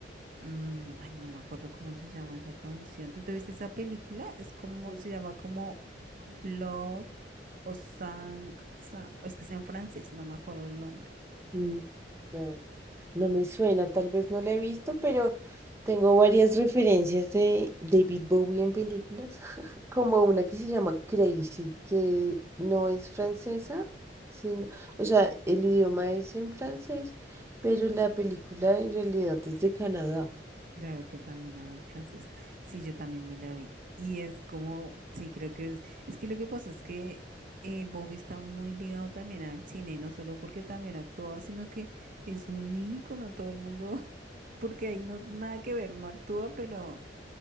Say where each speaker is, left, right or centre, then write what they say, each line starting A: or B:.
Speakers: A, on the right; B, on the right.
A: Mm, ay, no me acuerdo cómo se llama esa canción. ¿Tú te viste esa película? Es como,
B: Mm.
A: se llama como Blood o Sang, Sang- es que es en francés, no me acuerdo el nombre.
B: Mm, No. No me suena, tal vez no la he visto, pero tengo varias referencias de David Bowie en películas, <laughs> como una que se llama Crazy, que no es francesa, sino, o sea, el idioma es en francés, pero la película en realidad es de Canadá.
A: Claro que también habla en francés. Sí, yo también me la vi. Y es como, sí, creo que es, es que lo que pasa es que eh, Bobby está muy ligado también al cine, no solo porque también actúa, sino que es un ícono, todo el mundo, <laughs> porque ahí no, nada que ver, no actúa, pero...